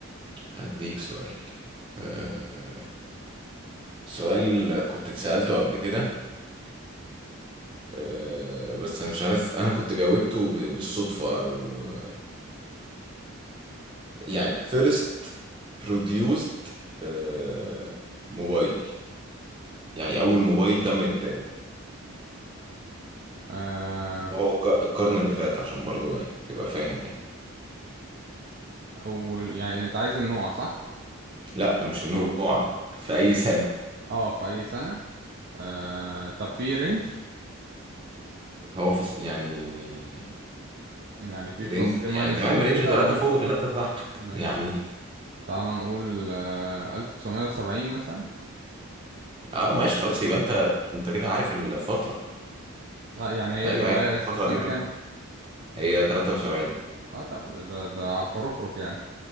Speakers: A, on the right; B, on the right.
A: هديك سؤال أه... سؤال كنت اتسألته قبل كده أه... بس مش عارف أنا كنت جاوبته ب... بالصدفة أو آه، يعني first produced أه... موبايل يعني أول موبايل تم إنتاجه
B: آه
A: وهو الق- القرن اللي فات عشان برضه يعني تبقى فاهم يعني
B: اول يعني انت عايز النوع صح
A: لا مش النوع في أي سنة
B: اه في اي سنة آه طب في رينج
A: هو في س- يعني
B: يعني في
A: رينج
B: بلس 3 ماينس
A: يعني تمام
B: 3
A: رينج
B: كده
A: 3
B: ولا
A: فوق 3 تحت
B: ماشي
A: يعني
B: تعال نقول آه 1970 مثلا
A: اه ماشي خلاص يبقى انت انت كده عارف الفترة
B: اه يعني
A: ايوه
B: هي طب
A: هي
B: هي
A: كانت
B: السنة
A: الفترة دي فاهم
B: كام؟
A: هي 73
B: اه طب ده ده على الحركرك يعني